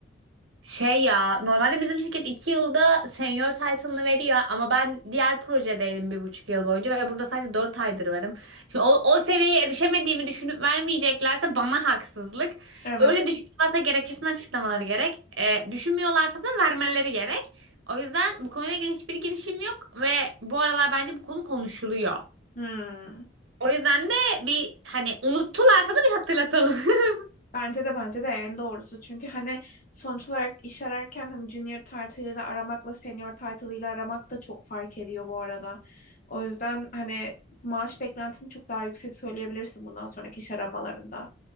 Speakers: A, on the right (about 80°); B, on the left (about 45°).
A: Şey ya, normalde bizim şirket 2 yılda senior title'ını veriyor ama ben diğer projedeydim bir buçuk yıl boyunca ve burada sadece 4 aydır varım. Şimdi o, o seviyeye erişemediğimi düşünüp vermeyeceklerse bana haksızlık.
B: Evet.
A: Öyle düşünüyorlarsa gerekçesini açıklamaları gerek. E, düşünmüyorlarsa da vermeleri gerek. O yüzden bu konuyla ilgili hiçbir girişim yok ve bu aralar bence bu konu konuşuluyor.
B: Hmm.
A: O yüzden de bir hani unuttularsa da bir hatırlatalım. <laughs>
B: Bence de bence de en doğrusu. Çünkü hani sonuç olarak iş ararken hani junior title ile aramakla senior title ile aramak da çok fark ediyor bu arada. O yüzden hani maaş beklentini çok daha yüksek söyleyebilirsin bundan sonraki iş aramalarında.